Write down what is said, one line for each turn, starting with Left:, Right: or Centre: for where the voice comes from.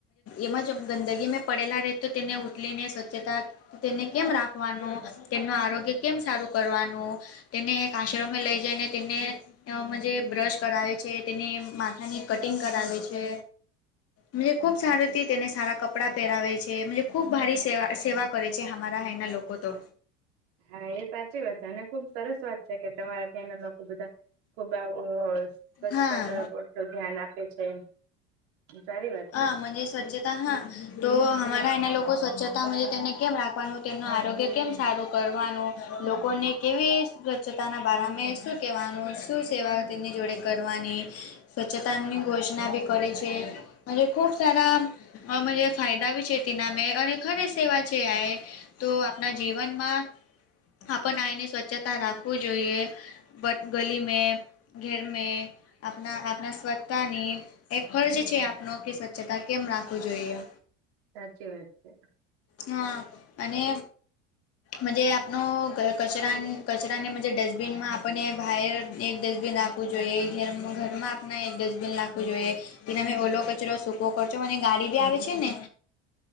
Left: એમાં જ ગંદગી મેં પડેલા રહે તો તેને ઉતલીને સ્વચ્છતા, તેને કેમ રાખવાનું! તેમનું આરોગ્ય કેમ સારું કરવાનું! તેને એક આશ્રમે લઈ જઈને તેને, અમા જે બ્રશ કરાવે છે, તેની માથાની કટિંગ કરાવે છે. મજે ખુબ સારી રીતે તેને સારા કપડાં પહેરાવે છે. મજે ખૂબ ભારી સેવા સેવા, કરે છે હમારા અહીંના લોકો તો.
Right: હા એ સાચી વાત છે અને ખુબ સરસ વાત છે કે તમારા ત્યાંના લોકો બધા ખુબ આવું અ સ્વચ્છતા
Left: હા
Right: પર પૂરતું ધ્યાન આપે છે. સારી વાત
Left: હા
Right: છે
Left: મજે સ્વચ્છતા હા, તો અમારા અયના લોકો સ્વચ્છતા મજે તેને કેમ રાખવાનું? તેમનું આરોગ્ય કેમ સારું કરવાનું? લોકોને કેવી સ્વચ્છતાના બારા મે શું કેવાનું શું સેવા તેમની જોડે? કરવાની સ્વચ્છતાની ઘોષના બી કરે છે. અને ખૂબ સારા અ મજે ફાયદા બી છેે તે નામે અને ખરી સેવા છે આ એ, તો આપણા જીવનમાં આપણે આઈને સ્વચ્છતા રાખવું જોઈએ. બટ ગલી મે, ઘેર મે આપણા આપણા સ્વચ્છતાની એ ફર્જ છે આપણો, કે સ્વચ્છતા કેમ રાખવુ જોઈએ.
Right: સાચી વાત છે.
Left: હ અને મજે આપ. નો ઘર કચરા કચરાને મજે ડસ્ટબિનમાં આપણને બાહેર એક ડસ્ટબિન રાખ જોઈએ ઘ ઘરમાં આપને એક ડસ્ટબિન રાખવું જોઈએ જેનાથી ઓલો કચ કચરો સૂકો કચરો અને ગાડી બી આવે છે ને!